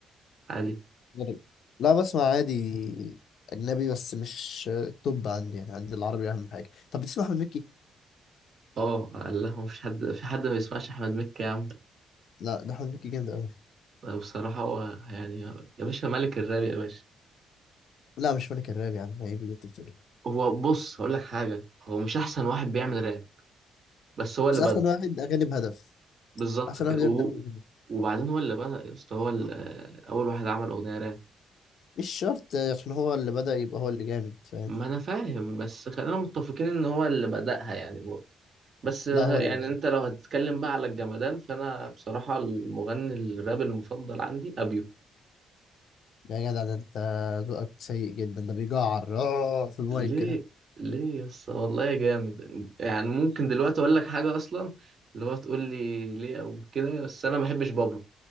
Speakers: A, on the right (about 50°); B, on the left (about 65°).
A: عادي؟
B: غريب. لا بسمع عادي أجنبي بس مش آه، التوب عندي يعني عندي العربي أهم حاجة طب بتسمع أحمد مكي؟
A: اه لا هو مفيش حد في حد ما بيسمعش أحمد مكي يا عم
B: لا ده أحمد مكي جامد أوي
A: آه، بصراحة هو يعني يا باشا ملك الراب يا باشا
B: لا مش ملك الراب يا عم عيب اللي أنت بتقوله
A: هو بص هقول لك حاجة هو مش أحسن واحد بيعمل راب بس هو اللي
B: بس أحسن
A: بدأ
B: واحد أغاني بهدف
A: بالظبط
B: أحسن
A: كده
B: واحد بيعمل
A: وهو
B: أغاني بهدف
A: وبعدين هو اللي بدأ يا اسطى هو اللي- آه، أول واحد عمل أغنية راب
B: مش شرط عشان هو اللي بدأ يبقى هو اللي جامد فاهم
A: ما انا فاهم بس خلينا متفقين ان هو اللي بدأها يعني برضه بس غ-
B: لا هو اللي
A: يعني
B: بدأ
A: انت لو هتتكلم بقى على الجمدان فانا بصراحة المغني الراب المفضل عندي ابيو
B: يعني يا جدع ده انت ذوقك سيء جدا ده بيجعر آه، في المايك
A: ليه
B: كده
A: ليه يس والله يا جامد يعني ممكن دلوقتي اقول لك حاجة اصلا اللي هو تقول لي ليه او كده بس انا ما بحبش بابلو